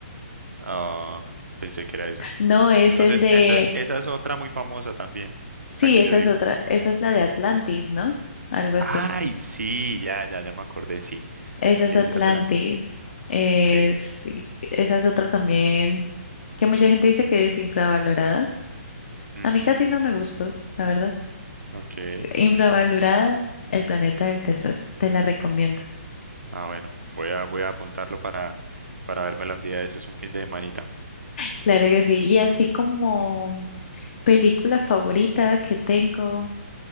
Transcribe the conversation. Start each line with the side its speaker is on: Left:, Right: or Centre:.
Right: Ah, pensé que era esa.
Left: no es
Right: Entonces,
Left: el de
Right: entonces esa es otra muy famosa también,
Left: Sí,
Right: la que
Left: esa
Right: yo digo.
Left: es otra, esa es la de Atlantis, ¿no? Algo así.
Right: Ay, sí, ya, ya, ya me acordé, sí.
Left: Esa
Right: Es
Left: es Atlantis.
Right: de Atlantis.
Left: Eh,
Right: Sí.
Left: sí, esa es otra también que mucha gente dice que es infravalorada.
Right: Ujú,
Left: A mí casi no me gustó, la verdad.
Right: Ok.
Left: Infravalorada, El planeta del tesoro. Te la recomiendo.
Right: Ah, bueno, voy a, voy a apuntarlo para, para vérmela un día. Ese es un fin de manita.
Left: Claro que sí. Y así como película favorita que tengo,